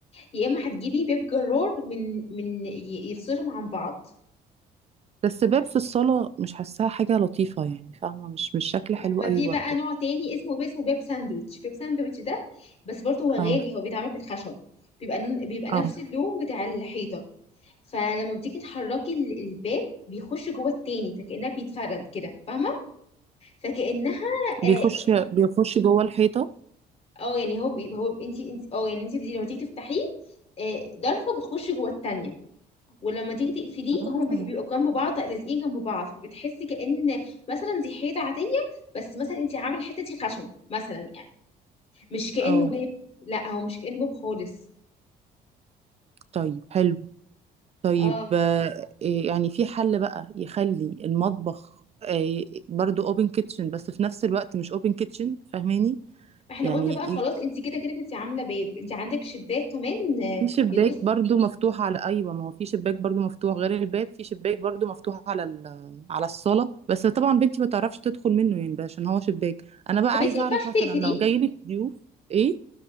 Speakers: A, on the left; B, on the right.
A: يا اما هتجيبي باب جرار من من ي- يفصلهم عن بعض
B: بس باب في الصالة مش حاساها حاجة لطيفة يعني فاهمة مش مش شكل
A: لا
B: حلو
A: ما
B: قوي
A: في
B: برضو
A: بقى نوع تاني اسمه اسمه بيب ساندويتش بيب ساندويتش ده بس برضه هو غالي
B: اه
A: هو بيتعمل بالخشب بيبقى نون بيبقى نفس
B: اه
A: اللون بتاع الحيطة فلما بتيجي تحركي ال- الباب بيخش جوه التاني فكأنها بيتفرد كده فاهمة فكأنها اه
B: بيخش
A: ك-
B: بيخش جوه الحيطة
A: آه، يعني هو بي- هو انت انت اه يعني انت بتيجي- لما تيجي تفتحيه آه، ضرفة بتخش جوه التانية ولما تيجي تقفليه
B: اه
A: هما بي- بيبقوا جنب بعض لازقين جنب بعض فبتحسي كأن مثلا دي حيطة عادية بس مثلا انت عامل حتتي خشب مثلا يعني مش كأنه
B: اه
A: باب لا هو مش كأنه باب خالص
B: طيب حلو طيب
A: اه
B: آه إيه يعني في حل بقى يخلي المطبخ آه برضو اوبن كيتشن بس في نفس الوقت مش اوبن كيتشن فاهماني
A: فاحنا
B: يعني
A: قلنا بقى خلاص انت كده كده كنت عامله باب انت عندك شباك كمان آه،
B: في شباك
A: يبص
B: برضو مفتوح على ايوه ما هو في شباك برضو مفتوح غير الباب في شباك برضو مفتوح على ال... على الصاله بس طبعا بنتي ما تعرفش تدخل منه يعني بقى عشان هو شباك انا بقى
A: طب
B: عايزه
A: انت ما ينفعش
B: اعرف مثلا
A: تقفليه
B: لو جاي لك ضيوف ايه